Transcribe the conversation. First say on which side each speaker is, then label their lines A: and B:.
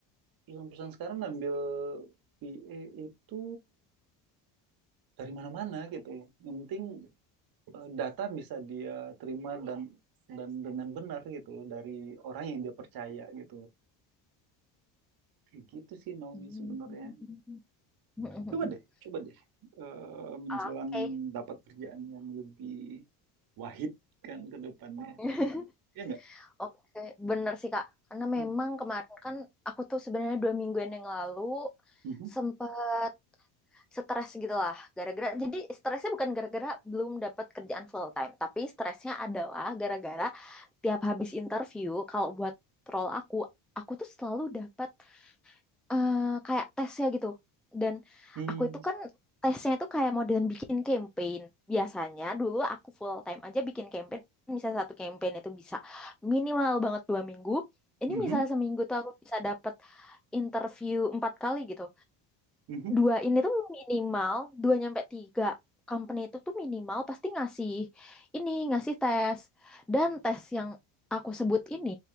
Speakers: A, on the right; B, in the centre.
A: perusahaan-perusahaan sekarang ngambil VA itu dari mana-mana gitu ya. Yang penting eh, data bisa dia terima dan dan dengan benar gitu loh dari orang yang dia percaya gitu loh. Kayak gitu sih Naomi
B: Mm.
A: sebenarnya.
B: <laughs>
A: Coba deh, coba deh eh, menjelang
B: Oke.
A: dapat kerjaan yang lebih wahid kan ke depannya.
B: <laughs>
A: Ya enggak?
B: Oke, bener sih Kak. Karena
A: Hmm.
B: memang kemarin kan aku tuh sebenarnya dua mingguan yang lalu
A: Mhm.
B: sempat stres gitu lah. Gara-gara, jadi stresnya bukan gara-gara belum dapat kerjaan full time, tapi stresnya adalah gara-gara tiap habis interview, kalau buat role aku, aku tuh selalu dapat eh, kayak tesnya gitu. Dan
A: Hmm.
B: aku itu kan tesnya itu kayak modern bikin campaign. Biasanya dulu aku full time aja bikin campaign. Misalnya satu campaign itu bisa minimal banget dua minggu. Ini
A: Mhm.
B: misalnya seminggu tuh aku bisa dapet interview empat kali gitu.
A: Mhm.
B: Dua ini tuh minimal, dua nyampe tiga company itu tuh minimal pasti ngasih ini, ngasih tes. Dan tes yang aku sebut ini